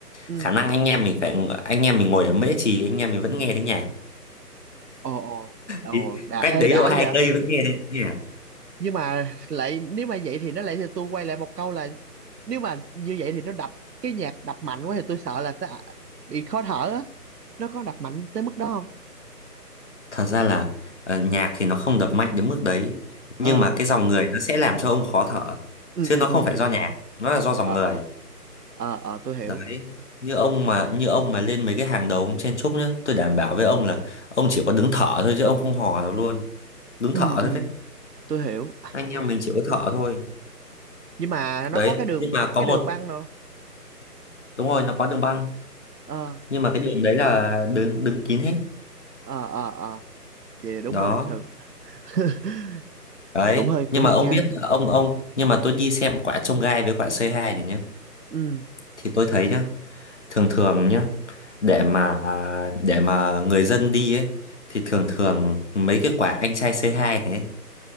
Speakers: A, on the right; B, on the left.
A: ừ
B: khả năng anh em mình phải anh em mình ngồi ở Mễ Trì anh em mình vẫn nghe thấy nhạc.
A: ồ ồ ồ
B: Ý,
A: đã
B: Cách
A: ê
B: đấy
A: đã
B: độ hai
A: vậy
B: cây vẫn nghe thấy nhạc.
A: nhưng mà lại nếu mà vậy thì nó lại thì tôi quay lại một câu là nếu mà như vậy thì nó đập cái nhạc đập mạnh quá thì tôi sợ là sẽ bị khó thở á nó có đập mạnh tới mức đó không
B: Thật ra là ờ, nhạc thì nó không đập mạnh đến mức đấy, nhưng
A: ờ
B: mà cái dòng người nó sẽ làm cho ông khó thở,
A: ừ
B: chứ
A: ừ
B: nó
A: ừ
B: không phải
A: ừ
B: do nhạc, nó là do dòng
A: ờ
B: người.
A: ờ ờ ờ, tôi hiểu
B: Đấy. Như ông mà như ông mà lên mấy cái hàng đầu ông chen chúc nhá, tôi đảm bảo với ông là ông chỉ có đứng thở thôi chứ ông không hò được luôn, đứng
A: ừ
B: thở thôi
A: ừ
B: đấy.
A: tôi hiểu
B: anh em mình chỉ có thợ thôi
A: nhưng mà nó
B: đấy
A: có cái đường
B: nhưng mà có
A: cái
B: một
A: đường băng
B: đúng rồi nó có đường băng
A: đâu
B: nhưng mà cái đường đấy là đứng đứng kín hết
A: ờ ờ ờ vậy là đúng
B: đó
A: rồi thường <laughs>
B: đấy
A: cũng hơi
B: nhưng
A: cũng hơi
B: mà ông
A: căng
B: biết là ông ông nhưng mà tôi đi xem quả trông gai với quả c hai này nhá
A: ừ
B: thì tôi thấy nhá thường thường nhá để mà để mà người dân đi ấy thì thường thường mấy cái quả anh trai c hai này ấy,